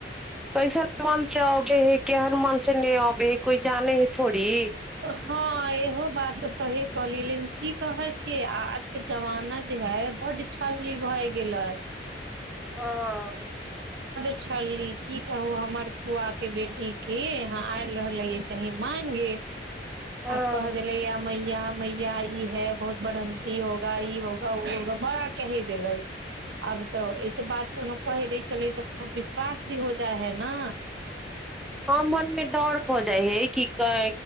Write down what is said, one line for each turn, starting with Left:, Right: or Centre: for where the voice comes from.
Centre: कैसन मन से अबे है केहन मन से नहि अबे है कोई जाने है थोड़ी
Right: हँ इहो बात तऽ सही कहलियै लेकिन की कहै छीिय आजके जमाना जे है बड्ड छललली भए गेलै
Centre: ह
Right: पूछली की कहू हमर फुआके बेटीके यहाँ आयल रहलै सही मागे
Centre: हँ
Right: आ कह देलै य मैया मैया ई है बहुत बढ़न्तीी होगा ई होगा ओ होगा बड़ा की देले अब तऽ ऐस बात कोनो कहि दै छलै तऽ विश्वास भी हो जाइ हइ ने
Centre: हँ मन मे डर भऽ जाइ हे कि क